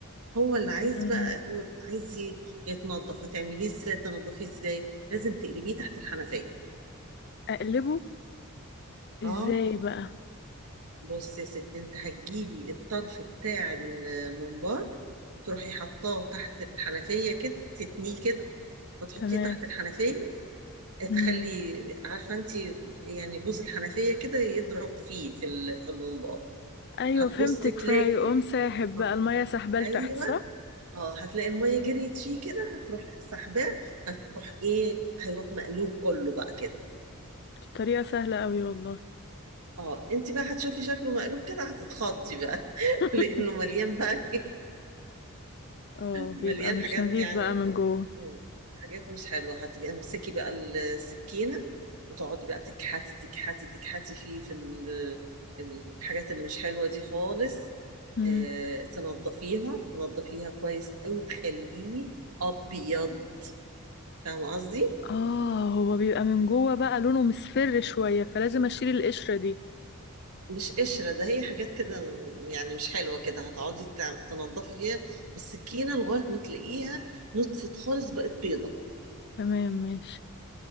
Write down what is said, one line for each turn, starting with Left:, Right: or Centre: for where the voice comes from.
Right: هو اللي عايز
Left: مم.
Right: بقى هو عايز ي- يتنضف هتعمليه ازاي تنضفيه ازاي لازم تقلبيه تحت الحنفيه
Left: اقلبه ازاي
Right: اه
Left: بقى
Right: بص يا ستي انت هتجيبي الطرف بتاع الممبار تروحي حطاه تحت الحنفية كده تتنيه كده وتحطيه
Left: تمام
Right: تحت الحنفية
Left: مم.
Right: تخلي عارفة انت يعني بوز الحنفية كده يضرب فيه في ال- في الممبار
Left: ايوه
Right: هتبصي
Left: فهمتك
Right: تلاقي
Left: فهيقوم ساحب بقى
Right: اه
Left: المية سحبة لتحت
Right: ايوه
Left: صح
Right: اه هتلاقي المية جريت فيه كده هتروح سحباه هتروح ايه هيروح مقلوب كله بقى كده
Left: دي طريقة سهلة قوي والله
Right: اه انت بقى هتشوفي شكله مقلوب كده هتتخضي بقى
Left: <laughs>
Right: <laughs> لانه مليان بقى
Left: اه
Right: مليان
Left: بيبقى مش
Right: حاجات
Left: نظيف
Right: يعني
Left: بقى من جوه
Right: مم. حاجات مش حلوة هتمسكي بقى السكينة وتقعدي بقى تكحتي تكحتي تكحتي فيه في ال- الحاجات اللي مش حلوة دي خالص
Left: مم.
Right: آه، تنضفيها تنضفيها كويس قوي تخليه أبيض فاهمة قصدي؟
Left: اه هو بيبقى من جوه بقى لونه مصفر شوية فلازم اشيل القشرة دي
Right: مش قشرة ده هي حاجات كده م- يعني مش حلوة كده هتقعدي تع- تنضفي فيها بالسكينة لغاية ما تلاقيها نطفت خالص بقت بيضة
Left: تمام ماشي